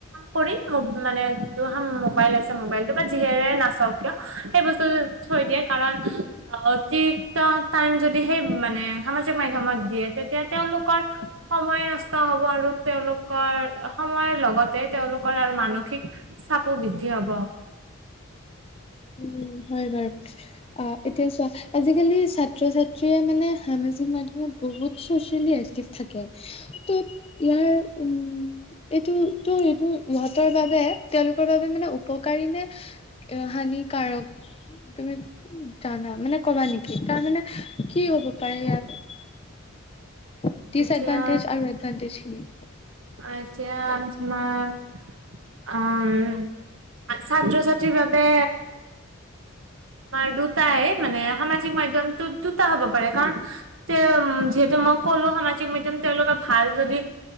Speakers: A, on the right; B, on the left.
A: কৰি মোব-মানে যিটো হাম-মোবাইল আছে মোবাইলটো বা যিহেৰে নাচাওঁক কিয়, সেই বস্তুটো থৈ দিয়ে, কাৰণ অতিৰিক্ত টাইম যদি সেই মানে সামাজিক মাধ্যমত দিয়ে, তেতিয়া তেওঁলোকৰ সময় নষ্ট হ'ব আৰু তেওঁলোকৰ সময়ৰ লগত তেই তেওঁলোকৰ আৰু মানসিক চাপো বৃদ্ধি হ'ব।
B: উম, হয় বাৰু। অ', এতিয়া চোৱা আজিকালি ছাত্ৰ ছাত্ৰীয়ে মানে সামাজিক মাধ্যমত বহুত চচিয়েলি এক তিভ থাকে। ত' ইয়াৰ উম এইটো টো এইটো ইহঁতৰ বাবে তেওঁলোকৰ বাবে মানে উপকাৰী নে হানিকাৰক তুমি জানা মানে কবা নেকি? তাৰ মানে কি হ'ব পাৰে ইয়াৰ দিচএডভান্টেজ
A: এতিয়া
B: আৰু এডভাণ্টেজ খিনি।
A: অ', এতিয়া তোমাৰ উম, ছাত্ৰ-ছাত্ৰীৰ বাবে তোমাৰ দুটায়ে মানে সামাজিক মাধ্যমটো দুটা হ'ব পাৰে, কাৰণ তে যিহেতু মই ক'লো সামাজিক মাধ্যম তেওঁলোকৰ ভাল যদি